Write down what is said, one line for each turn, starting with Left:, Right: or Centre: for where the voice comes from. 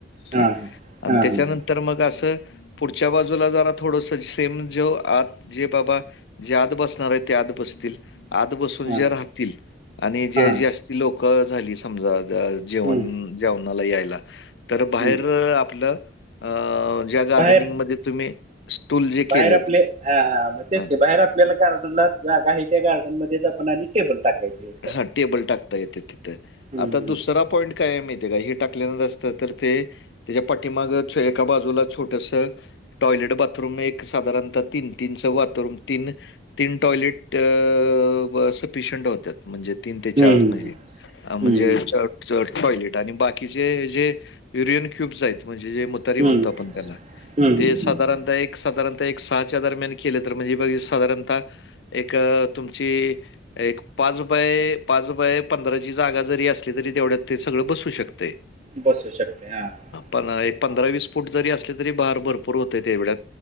Right: हा
Left: <unintelligible>
Right: हा
Left: आन
Right: हा
Left: त्याच्यानंतर
Right: हा
Left: मग अस पुढच्या बाजूला ज थोडस ते म जो आत जे बाबा जे आत बसणार. आहे ते आत बसतील आत बसून
Right: हा
Left: जे राह आणि जे
Right: हा
Left: जास्ती लोक झाली समजा ज जेवण
Right: हम्म,
Left: जेवणाला यायला तर बाहेर
Right: हम्म.
Left: आपलं अ ज्या गार्डिनिंग
Right: बाहेर
Left: मधे तुम्ही स्टूल जे
Right: बाहेर
Left: केलेत
Right: आपले हा मग तेच
Left: हं,
Right: ते बाहेर आपल्याला, गार्डनला जागा आहे त्या गार्डनमध्ये पण आधी टेबल टाकायचे. करायचे
Left: हा टेबल टाकता येते तिथे
Right: हम्म,
Left: आता
Right: हम्म,
Left: दुसरा पॉईंट काय आहे माहीत. तेला हे टाक नसत तर ते त्याच्या पाठीमाग छ एका बाजूला छोटस त टॉयलेट बाथरूम एक धारणता तीन, तीन बाथरूम तीन तीन टॉयलेट अ ब सफिशयंट होत्यात. म्हणजे तीन ते चार
Right: हम्म,
Left: नही अ म्हणजे
Right: हम्म, हम्म,
Left: च चार ठोयलेट आणि बाकीचे जे युरियन क्युबस आहेत म्हणजे जे म तरी
Right: हम्म,
Left: म्हणतो आपण त्याला
Right: हम्म.
Left: ते साधारता एक साधारणता एक सहाच्या दरम्यान केलं तर म्हणजे बघ साधारणता.. एक तुमची एक पाज पय पाज रुपय बाय पंधराची जागा जरी असली, तरी तेवढ्यात ते सगळं बसू शकतेय.
Right: बसू शकते हा.
Left: पन
Right: हा
Left: एक पंधरा वीस फूट जरी असले तरी बार भरपूर होतय एवढ्यात.